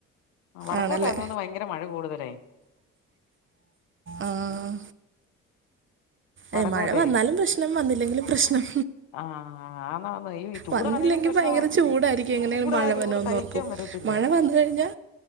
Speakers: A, on the left; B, on the right.
A: വടക്കോട്ട
B: ആണല്ലേ
A: ആന്നോന്ന് ഭയങ്കര മഴ കൂടുതലേ
B: ആഹ്
A: വടക്കോട്ടേ
B: ഏ മഴ വന്നാലും പ്രശ്നം വന്നില്ലെങ്കിലും പ്രശ്നം
A: ആഹ് ആന്നാന്ന് ഈ ചൂടാണേലും
B: വന്നില്ലെങ്കി
A: പ്രശ്നവാ
B: ഭയങ്കര ചൂടായിരിക്കും എങ്ങനെങ്കിലും
A: ചൂടാ
B: മഴ
A: ചൂട്
B: വെനോന്ന്ഓർക്കും
A: സഹിക്കാൻ പറ്റത്തില്ല
B: മഴ വന്ന് കഴിഞ്ഞാ